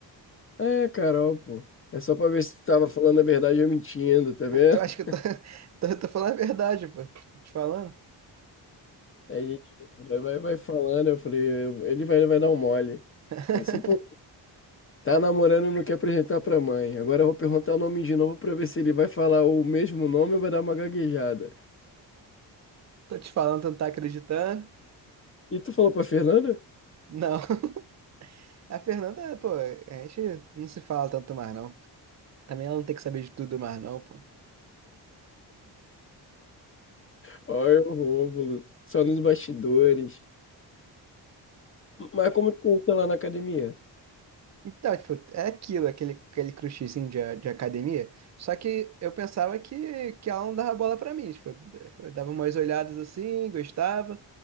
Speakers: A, on the left (about 30°); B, on the right (about 40°).
A: Ah, É, Carol, pô. É só pra ver se tu tava falando a verdade ou mentindo, tá vendo?
B: <laughs> Tu acha que eu tô, <laughs> tô, tô falando a verdade, pô? Tô te falando?
A: Aí a gente vai, vai, vai falando, eu falei, eu- ele vai, vai dar um mole. Eu
B: <laughs>
A: Falei assim, pô, tá namorando, não quer apresentar pra mãe. Agora eu vou perguntar o nome de novo pra ver se ele vai falar o mesmo nome ou vai dar uma gaguejada.
B: Tô te falando, tu não tá acreditando?
A: E tu falou pra Fernanda?
B: Não. <laughs> A Fernanda, pô, a gente não se fala tanto mais, não. Também ela não tem que saber de tudo mais, não, pô.
A: Olha o Rômulo, só nos bastidores. Mas como tu conheceu lá na academia?
B: Então, tipo, é aquilo, aquele, aquele crushzinho de, de academia. Só que eu pensava que, que ela não dava bola pra mim. Tipo, eu dava umas olhadas assim, gostava.